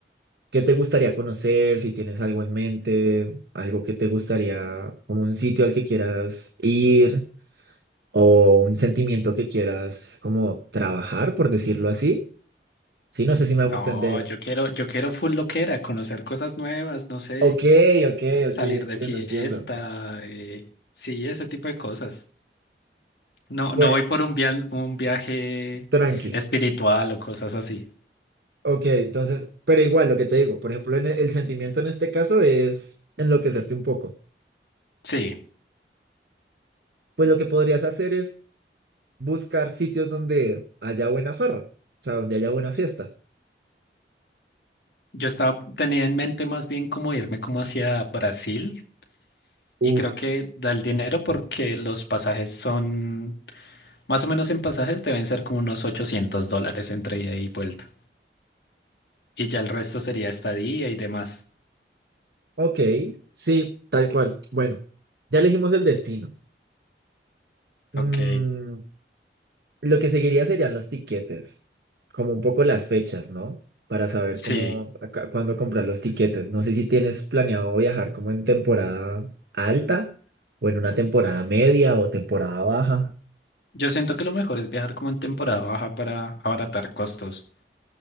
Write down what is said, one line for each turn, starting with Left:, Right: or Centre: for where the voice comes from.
Right: qué te gustaría conocer, si tienes algo en mente, algo que te gustaría, como un sitio al que quieras ir. o un sentimiento que quieras como trabajar, por decirlo así. Sí, no sé si me hago
Left: No,
Right: entender.
Left: yo quiero, yo quiero full loquera, conocer cosas nuevas, no sé,
Right: Ok, ok,
Left: salir
Right: ok, entiendo,
Left: de fiesta,
Right: entiendo.
Left: eh, sí, ese tipo de cosas. No,
Right: Bueno,
Left: no voy por un via- un viaje
Right: tranqui.
Left: espiritual o cosas así.
Right: Ok, entonces, pero igual lo que te digo, por ejemplo, en e- el sentimiento en este caso es enloquecerte un poco.
Left: Sí,
Right: Pues lo que podrías hacer es buscar sitios donde haya buena farra, o sea, donde haya buena fiesta.
Left: yo estaba, tenía en mente más bien como irme como hacia Brasil
Right: Uf,
Left: y creo que da el dinero porque los pasajes son, más o menos en pasajes deben ser como unos 800 dólares entre ida y vuelta. Y ya el resto sería estadía y demás.
Right: ok, sí, tal cual. Bueno, ya elegimos el destino. Mm,
Left: Ok,
Right: Lo que seguiría serían los tiquetes, como un poco las fechas, ¿no? Para saber
Left: sí.
Right: cómo, a ca- cuándo comprar los tiquetes. No sé si tienes planeado viajar como en temporada alta o en una temporada media o temporada baja.
Left: Yo siento que lo mejor es viajar como en temporada baja para abaratar costos.